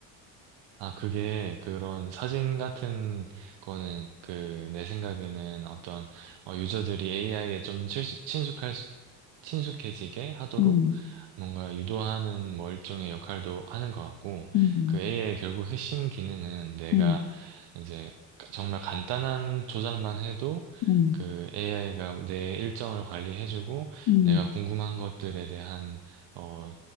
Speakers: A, on the right (about 55°); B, on the left (about 40°).
A: 아, 그게 그런 사진 같은 거는 그 내 생각에는 어떤 어, 유저들이 AI에 좀 칠수- 친숙할 수- 친숙해지게 하도록
B: 음,
A: 뭔가 유도하는 뭐 일종의 역할도 하는 것 같고
B: 음,
A: 그 AI의 결국 핵심 기능은 내가
B: 음,
A: 이제 정말 간단한 조작만 해도
B: 음,
A: 그 AI가 내 일정을 관리해주고
B: 음,
A: 내가 궁금한 것들에 대한 어,